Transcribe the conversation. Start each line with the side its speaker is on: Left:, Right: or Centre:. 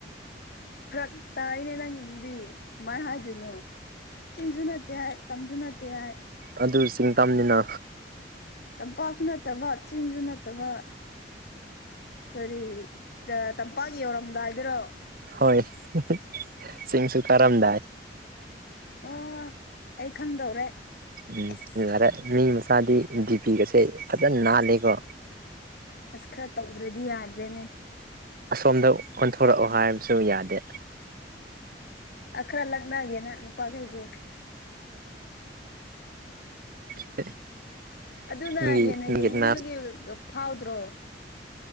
Left: ꯐꯔꯛ ꯇꯥꯏꯅꯦ ꯅꯪꯒꯤꯖꯤꯗꯤ ꯀꯃꯥꯏ ꯍꯥꯏꯗꯣꯏꯅꯣ ꯆꯤꯡꯁꯨ ꯅꯠꯇꯦ ꯍꯥꯏ ꯇꯝꯁꯨ ꯅꯠꯇꯦ ꯍꯥꯏ
Right: ꯑꯗꯨ ꯆꯤꯡ ꯇꯝꯅꯤꯅ
Left: ꯇꯝꯄꯥꯛꯁꯨ ꯅꯠꯇꯕ ꯆꯤꯡꯁꯨ ꯅꯠꯇꯕ ꯀꯔꯤ ꯇꯥ ꯇꯝꯄꯥꯛ ꯌꯧꯔꯝꯗꯥꯏꯗꯔꯣ
Right: ꯍꯣꯏ ꯍ ꯍꯥ ꯆꯤꯡꯁꯨ ꯀꯥꯔꯝꯗꯥꯏ
Left: ꯑꯥ ꯑꯩ ꯈꯪꯗꯧꯔꯦ
Right: ꯎꯝ
Left: ꯑꯁ
Right: ꯂꯥꯔꯦ ꯃꯤ ꯃꯆꯥꯗꯤ ꯗꯤꯄꯤꯒꯁꯦ ꯐꯖꯟ ꯅꯥꯜꯂꯦꯀꯣ
Left: ꯑꯁ ꯈꯔ ꯇꯧꯗ꯭ꯔꯗꯤ ꯌꯥꯗ꯭ꯔꯦꯅꯦ
Right: ꯑꯁꯣꯝꯗ ꯀꯣꯢꯊꯣꯔꯛꯑꯣ ꯍꯥꯢꯕꯁꯨ ꯌꯥꯗꯦ
Left: ꯑꯥ ꯈꯔ ꯂꯛꯅꯒꯦꯅ ꯅꯨꯄꯥꯈꯩꯁꯦ
Right: <unintelligible>
Left: ꯑꯗꯨꯅ
Right: ꯃꯤꯒꯤ
Left: ꯍꯦꯟꯅ
Right: ꯃꯤꯒꯤ
Left: ꯌꯦꯡꯅꯤꯡꯕꯒꯤ
Right: ꯅꯥꯠ
Left: ꯒꯥ ꯐꯥꯎꯗ꯭ꯔꯣ